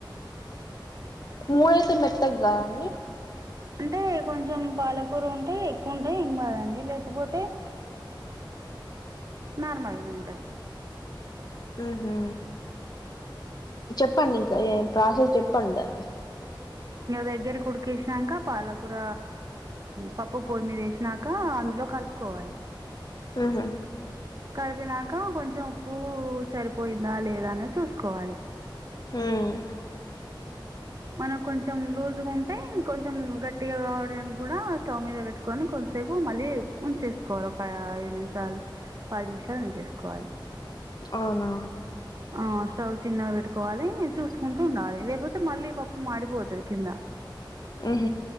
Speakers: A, on the left; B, on the right.
A: మూడైతే మెత్తగకాద అండి
B: అంటే కొంచెం పాలకూర ఉంటే ఎక్కువ ఉంటె ఎంకదండి లేకపోతే నార్మల్గానే ఉంటుంది
A: ఆహా చెప్పండి ఇంకా ప్రాసెస్ చెప్ప పండన్
B: దగ్గర డికేసినాక పాలకూర పప్పు పొయ్యి మీద వేసినాక అందులో కలుపుకోవాలి
A: ఉహు
B: కలిపినాక కొంచెం ఉప్పు సరిపోయిందా లేదా అనే చూసుకోవాలి
A: హమ్
B: మనకు కొంచెం లూజ్ ఉంటే కొంచెం గట్టిగా కావడానికి కూడా స్టవ్ మీద పెట్టుకొని కొంచంసేపు మళ్ళీ ఉంచేసుకోవాలి ఒక ఐదు నిమిషాలు పాది నిమిషాలు ఉంచేసుకోవాలి
A: అవునా
B: ఆ స్టవ్ చిన్నగా పెట్టుకోవాలి చూసుకుంటూ ఉండాలి లేకపోతే మళ్ళీ పప్పు మాడిపోతుంది కింద
A: ఉహ